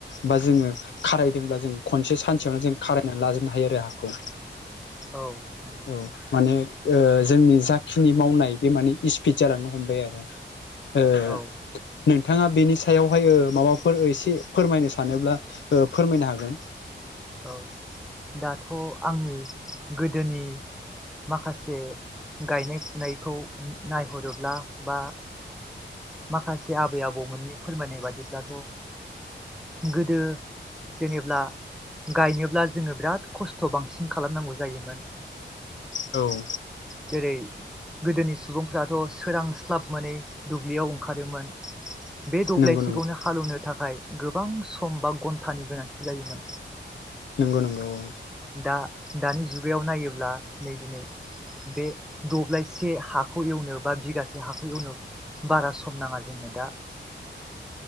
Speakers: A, on the left (about 70°); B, in the centre.
A: बा जोङो खारायदोंब्ला जों खनसे सानसेयावनो जों खाराय नानै लाजोबनो हायो आरो हाखौ
B: औ नंगौ
A: औ माने जोंनि जाखिनि मावनाय बे माने इपिड जालांनो हमबाय आरो ओ
B: औ
A: नोंथाङा बेनि सायावहाय ओ माबाफोर एसे फोरमायनो सानोब्ला फोरमायनो हागोन
B: औ दाथ' आंनि गोदोनि माखासे गायनाय फुनायखौ नायहरोब्ला बा माखासे आबै आबौमोननि फोरमायनाय बादिब्लाथ' गोदो जेनेब्ला गायनोब्ला जोङो बिराद खस्थ' बांसिन खालामनांगौ जायोमोन
A: औ
B: जेरै गोदोनि सुबुंफ्राथ' सोरांस्लाब मोनै दुब्लियाव ओंखारोमोन बे दब्लायसिखौनो
A: नंगौ नंगौ
B: हालेवनो थाखाय गोबां सम बा घन्टानि गोनांथि जायोमोन
A: नंगौ नंगौ औ
B: दा दानि जुगायाव नायोब्ला नै दिनै बे दब्लायसे हा हाखौ एवनायाव बा बिगासे हाखौ एवनायाव बारा सम नाङा जोंनो दा।